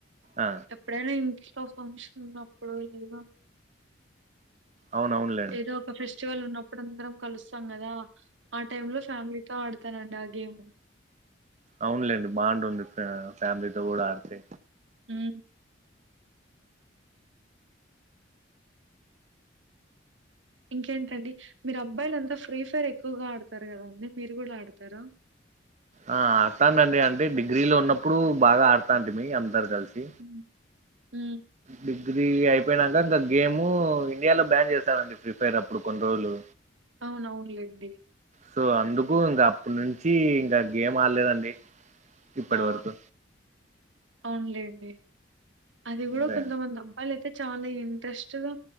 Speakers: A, on the right (about 40°); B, on the right (about 90°).
A: ఆ
B: ఎప్పుడైనా ఇంట్లో ఫంక్షన్ ఉన్నప్పుడు లేదో
A: అవునవును
B: ఏదో ఒక ఫెస్టివల్ ఉన్నప్పుడు అందరం కలుస్తాం కదా ఆ టైంలో ఫ్యామిలీ తో ఆడతానండి ఆ గేమ్
A: అవునులేండి బాగుంటుంది ఫ్యామిలీతో కూడా ఆడితే
B: హు ఇంకేంటండి మీరు అబ్బాయిలు అంతా ఫ్రీ ఫైర్ ఎక్కువగా ఆడతారు కదా అండి మీరు కూడా ఆడతారా
A: ఆ ఆడతానండి అంటే డిగ్రీలో ఉన్నప్పుడు బాగా ఆడతాంటిమీ అందరు కలిసి
B: ఉ హు
A: డిగ్రీ అయిపోయినాక ఇంకా గేమ్ ఇండియాలో బ్యాన్ చేశానండి ఫ్రీ ఫైర్ అప్పుడు కొన్ని రోజులు
B: అవును అవును లేండి
A: సో అందుకు ఇంకా అప్పటి నుంచి ఇంకా గేమ్ ఆడలేదండి ఇప్పటి
B: ఆ
A: వరకు
B: అవునులేండి అది కూడా
A: ఇంకా
B: కొంతమంది అ వాళ్ళైతే చాలా ఇంట్రెస్ట్గా